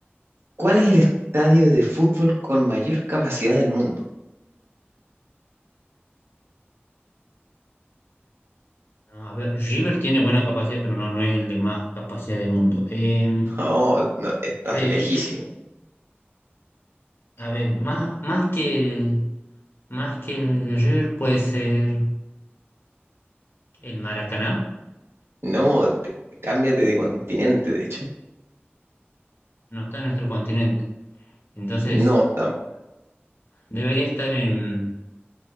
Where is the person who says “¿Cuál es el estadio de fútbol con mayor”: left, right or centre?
Right